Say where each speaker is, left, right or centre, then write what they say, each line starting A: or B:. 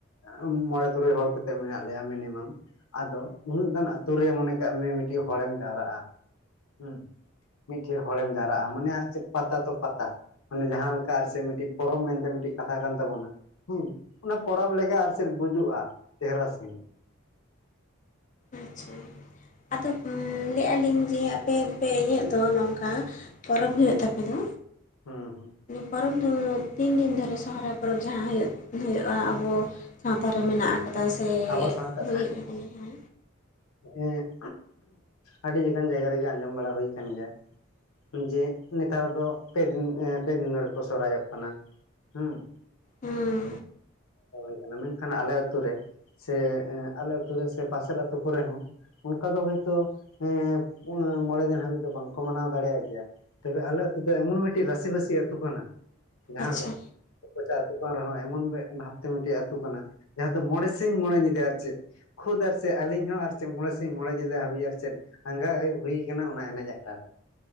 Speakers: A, on the left; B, on the left.
A: ᱟᱸᱢ ᱢᱚᱲᱮ ᱛᱩᱨᱩᱭ ᱦᱚᱲ ᱠᱟᱛᱮᱜ ᱢᱮᱱᱟᱜ ᱞᱮᱭᱟ ᱢᱤᱱᱤᱢᱟᱢ᱾ ᱟᱫᱚ ᱩᱱᱟᱹᱜ ᱜᱟᱱ ᱟᱛᱳ ᱨᱮ ᱢᱚᱱᱮ ᱠᱟᱜ ᱢᱮ ᱢᱤᱴᱤᱡ ᱦᱚᱲᱮᱢ ᱡᱟᱣᱨᱟᱜᱼᱟ ᱦᱩᱸ᱾ ᱢᱤᱫᱴᱷᱮᱡ ᱦᱚᱲᱮᱢ ᱡᱟᱣᱨᱟᱜᱼᱟ ᱢᱟᱱᱮ ᱟᱨ ᱪᱮᱫ ᱯᱟᱛᱟ ᱛᱚ ᱯᱟᱛᱟ ᱢᱟᱱᱮ ᱡᱟᱦᱟᱸ ᱞᱮᱠᱟ ᱟᱨ ᱪᱮᱫ ᱢᱤᱴᱤᱡᱽ ᱯᱚᱨᱚᱵᱽ ᱢᱮᱱᱛᱮ ᱢᱤᱴᱤᱡᱽ ᱠᱟᱛᱷᱟ ᱠᱟᱱ ᱛᱟᱵᱚᱱᱟ᱾ ᱦᱩᱸ ᱚᱱᱟ ᱯᱚᱨᱚᱵᱽ ᱞᱮᱠᱟ ᱟᱨ ᱪᱮᱫ ᱵᱩᱡᱩᱜᱼᱟ ᱪᱮᱦᱨᱟ ᱥᱟᱸᱦᱤᱪ᱾
B: ᱟᱪᱪᱷᱟ ᱟᱫᱚ ᱞᱟᱹᱭᱮᱫᱼᱟ ᱞᱤᱧ ᱡᱮ ᱟᱯᱮ ᱯᱮ ᱤᱭᱟᱹᱜ ᱫᱚ ᱱᱚᱝᱠᱟ ᱯᱚᱨᱚᱵᱽ ᱦᱩᱭᱩᱜ ᱛᱟᱯᱮ ᱫᱚ
A: ᱦᱩᱸ ᱦᱩᱸ᱾
B: ᱯᱚᱨᱚᱵᱽ ᱫᱚ ᱛᱤᱱ ᱫᱤᱱ ᱫᱷᱚᱨᱮ ᱥᱚᱦᱨᱟᱭ ᱯᱚᱨᱚᱵᱽ ᱡᱟᱦᱟᱸ ᱦᱩᱭᱩᱜ ᱦᱩᱭᱩᱜᱼᱟ ᱟᱵᱚ ᱥᱟᱶᱛᱟ ᱨᱮ ᱢᱮᱱᱟᱜᱼᱟ ᱠᱟᱫᱟ ᱥᱮ
A: ᱟᱵᱚ ᱥᱟᱶᱛᱟ
B: ᱦᱩᱭ ᱠᱟᱱᱟ ᱡᱟᱸ᱾
A: <unintelligible> ᱟᱹᱰᱤ ᱞᱮᱠᱟᱱ ᱡᱟᱭᱜᱟ ᱨᱮᱜᱮ ᱟᱸᱡᱚᱢ ᱵᱟᱲᱟ ᱦᱩᱭᱠᱟᱱ ᱜᱮᱭᱟ ᱡᱮ ᱱᱮᱛᱟᱨ ᱫᱚ ᱯᱮ ᱫᱤᱱ ᱮᱸ ᱯᱮ ᱫᱤᱱ ᱫᱷᱚᱨᱮ ᱠᱚ ᱥᱚᱦᱨᱟᱭᱚᱜ ᱠᱟᱱᱟ᱾ ᱦᱩᱸ
B: ᱦᱩᱸ
A: <unintelligible> ᱢᱮᱱᱠᱷᱟᱱ ᱟᱞᱮ ᱟᱛᱩᱨ ᱨᱮ ᱥᱮ ᱮᱸ ᱟᱞᱮ ᱟᱛᱩ ᱨᱮ ᱥᱮ ᱯᱟᱥᱮᱨ ᱟᱹᱛᱩ ᱠᱚᱨᱮ ᱦᱚᱸ ᱚᱱᱠᱟ ᱫᱚ ᱦᱳᱭᱛᱳ ᱮᱸ ᱯᱩᱱ ᱢᱚᱸᱬᱮ ᱫᱤᱱ ᱦᱟᱹᱵᱤᱡ ᱫᱚ ᱵᱟᱝᱠᱚ ᱢᱟᱱᱟᱣ ᱫᱟᱲᱮᱭᱟᱜ ᱜᱮᱭᱟ᱾ ᱛᱚᱵᱮ ᱟᱞᱮ ᱟᱛᱩ ᱫᱚ ᱮᱢᱚᱱ ᱢᱤᱴᱤᱡᱽ ᱨᱟᱥᱤ ᱵᱟᱥᱤ ᱟᱹᱛᱩ ᱠᱟᱱᱟᱼᱼ ᱡᱟᱦᱟᱸ
B: ᱟᱪᱪᱷᱟ
A: ᱫᱚ ᱠᱚᱪᱟ ᱟᱹᱛᱩ ᱠᱟᱱ ᱨᱮᱦᱚᱸ ᱮᱢᱚᱱ ᱢᱮᱜ ᱵᱷᱟᱯᱛᱮ ᱢᱤᱴᱮᱡᱽ ᱟᱹᱛᱩ ᱠᱟᱱᱟ ᱡᱟᱦᱟᱸ ᱫᱚ ᱢᱚᱸᱬᱮᱼᱼ ᱥᱤᱧ ᱢᱚᱸᱬᱮ ᱧᱤᱫᱟᱹ ᱟᱨ ᱪᱮᱫ ᱠᱷᱩᱫᱽ ᱟᱨ ᱪᱮᱫ ᱟᱹᱞᱤᱧ ᱦᱚᱸ ᱟᱨ ᱪᱮᱫ ᱢᱚᱸᱬᱮ ᱥᱤᱧ ᱢᱚᱸᱲᱮ ᱧᱤᱫᱟᱹ ᱦᱟᱹᱵᱤᱡᱽ ᱟᱨ ᱪᱮᱫᱼᱼ ᱟᱸᱜᱟ ᱟᱭᱩᱵᱽ ᱦᱩᱭ ᱠᱟᱱᱟ ᱚᱱᱟ ᱮᱱᱮᱡᱽ ᱟᱠᱷᱲᱟ ᱨᱮ᱾